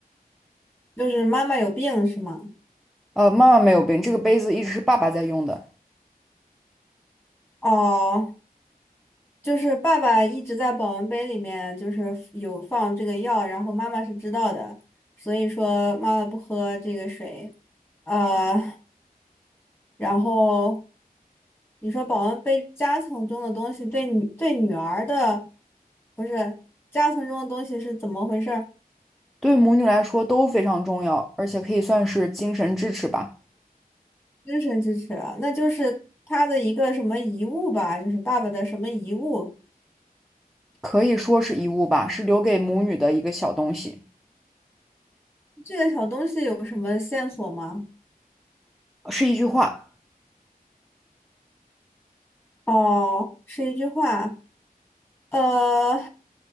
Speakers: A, on the left; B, in the centre.
A: 就是妈妈有病是吗？
B: 呃，妈妈没有病，这个杯子一直是爸爸在用的，
A: 哦，就是爸爸一直在保温杯里面就是有放这个药，然后妈妈是知道的，所以说妈妈不喝这个水，呃。然后你说保温杯夹层中的东西对女对女儿的不是夹层中的东西是怎么回事儿？
B: 对母女来说都非常重要，而且可以算是精神支持吧，
A: 精神支持啊那就是他的一个什么遗物吧，就是爸爸的什么遗物？
B: 可以说是遗物吧，是留给母女的一个小东西，
A: 这个小东西有什么线索吗？
B: 是一句话，
A: 哦，是一句话，呃，